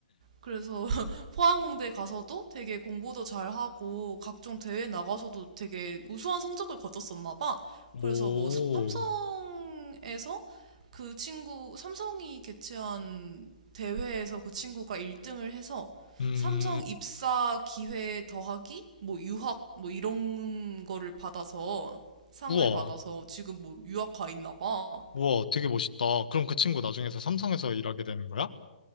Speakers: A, on the right (about 55°); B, on the left (about 75°).
A: 그래서 <laughs> 포항공대 가서도 되게 공부도 잘하고 각종 대회 나가서도 되게 우수한 성적을 거뒀었나 봐.
B: 오,
A: 그래서 뭐 삼성에서 그 친구, 삼성이 개최한 대회에서 그 친구가 1등을 해서
B: 음,
A: 삼성 입사 기회 더하기 뭐 유학 뭐 이런 거를 받아서 상을
B: 우와,
A: 받아서 지금 뭐 유학 가 있나 봐.
B: 우와, 되게 멋있다. 그럼 그 친구 나중에서 삼성에서 일하게 되는 거야?